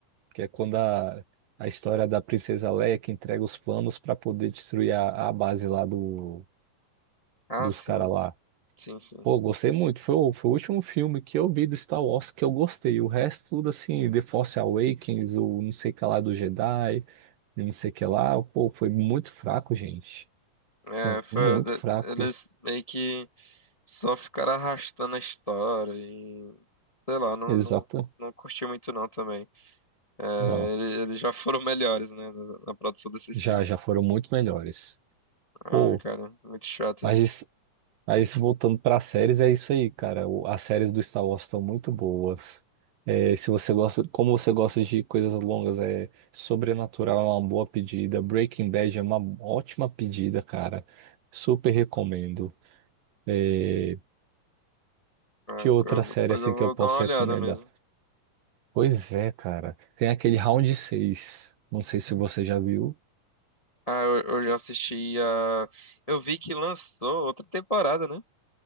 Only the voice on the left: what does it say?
Ah,
sim,
sim, sim.
É, foi,
eles meio que só ficaram arrastando a história e sei lá, não,
não, não curti muito não também. É,
ele- eles já foram <laughs> melhores, né, na, na produção desses
filmes.
Ah,
cara, muito chato
isso.
Ah,
co-
Depois
eu vou
dar uma olhada
mesmo.
Ah, eu, eu já assisti a. Eu vi que lançou outra temporada, né?